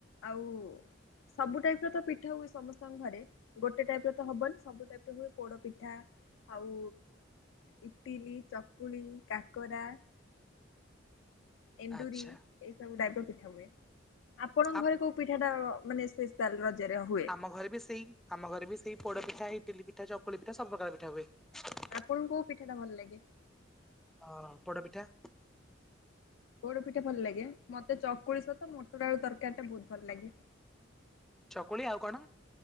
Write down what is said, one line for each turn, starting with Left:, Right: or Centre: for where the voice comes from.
Left: ଆଉ ସବୁ ଟାଇପ୍ ର ତ ପିଠା ହୁଏ ସମସ୍ତଙ୍କ ଘରେ। ଗୋଟେ ଟାଇପ୍ ର ତ ହବନି ସବୁ ଟାଇପ୍ ର ହୁଏ ପୋଡ଼ପିଠା ଆଉ ଇଟିଲି, ଚକୁଳି, କାକରା। ଏଣ୍ଡୁରି।
Centre: ଆଚ୍ଛା
Left: ଏଇ ସବୁ ଟାଇପ୍ ର ପିଠା ହୁଏ ଆପଣଙ୍କ
Centre: ଆ
Left: ଘରେ କୋଉ ପିଠା ଟା ମାନେ ସେ ରଜରେ ହୁଏ?
Centre: ଆମ ଘରେ ବି ସେଇ ଆମ ଘରେ ବି ସେଇ ପୋଡ଼ ପିଠା, ଇଟିଲି ପିଠା, ଚକୁଳି ପିଠା, ସବୁ ପ୍ରକାର ପିଠା ହୁଏ।
Left: ଆପଣଙ୍କୁ କୋଉ ପିଠା ଟା ଭଲ ଲାଗେ?
Centre: ହଁ ପୋଡ଼ପିଠା।
Left: ପୋଡ଼ପିଠା ଭଲ ଲାଗେ ମତେ ଚକୁଳି ସହିତ ମଟର ଆଳୁ ତରକାରୀ ଟା ବହୁତ୍ ଭଲ ଲାଗେ।
Centre: ଚକୁଳି ଆଉ କଣ?